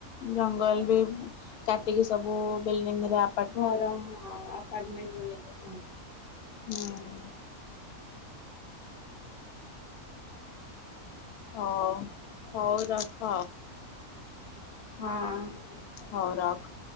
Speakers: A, on the left; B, on the left.
A: ଜଙ୍ଗଲ ବି କାଟିକି ସବୁ ବିଲଡିଙ୍ଗରେ ଆ
B: ଘର ହଁ ଆପାର୍ଟମେଣ୍ଟ ବନେଇଦୋଉଛନ୍ତି।
A: ହୁଁ ହଁ ହଉ ରଖ।
B: ହଁ
A: ହଉ ରଖ।